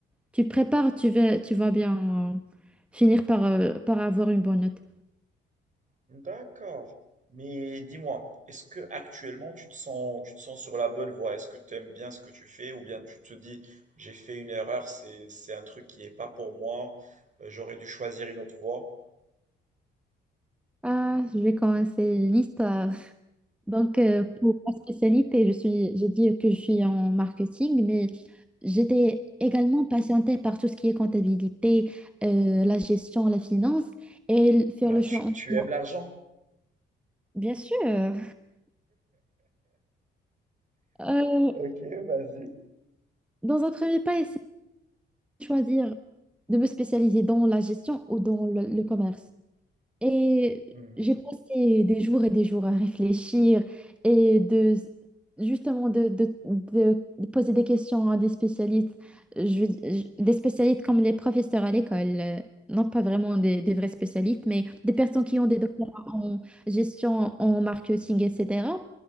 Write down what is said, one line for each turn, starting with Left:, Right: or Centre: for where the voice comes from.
Centre: Tu prépares, tu vas, tu vas bien euh, finir par, euh, par avoir une bonne note.
Right: D'accord. Mais dis-moi, est-ce que actuellement tu te sens, tu te sens sur la bonne voie? Est-ce que tu aimes bien ce que tu fais ou bien tu te dis j'ai fait une erreur, c'est, c'est un truc qui n'est pas pour moi, euh, j'aurais dû choisir une autre voie.
Centre: Ah, je vais commencer une histoire. Donc, euh, pour ma spécialité, je suis, j'ai dit que je suis en marketing, mais j'étais également passionnée par tout ce qui est comptabilité, euh, la gestion, la finance et l- faire
Right: Ah,
Centre: le
Right: tu,
Centre: choix.
Right: tu aimes
Centre: en-
Right: l'argent?
Centre: Bien sûr. Euh,
Right: Ok, vas-y.
Centre: dans un premier pas, essayer de choisir de me spécialiser dans la gestion ou dans le, le commerce. Et
Right: Mhm.
Centre: j'ai passé des jours et des jours à réfléchir et de justement de, de, de- de poser des questions à des spécialistes, Je- je- des spécialistes comme les professeurs à l'école, euh, non pas vraiment des, des vrais spécialistes, mais des personnes qui ont des doctorats en gestion, en marketing, etc.